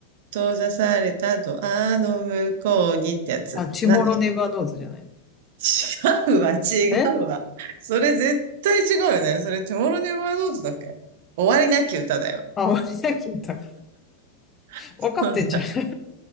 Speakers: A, on the right; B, on the left.
A: 閉ざされたドアの向こうにってやつ。
B: あ、チモロネバードーズじゃない
A: なんだ、違うわ、違うわ。
B: え
A: それ絶対違うよね。それ、テモロネバーノートだっけ終わりなき歌だよ。
B: あ、俺だけ言った。
A: <laughs> そうだ
B: 分かってんじゃん。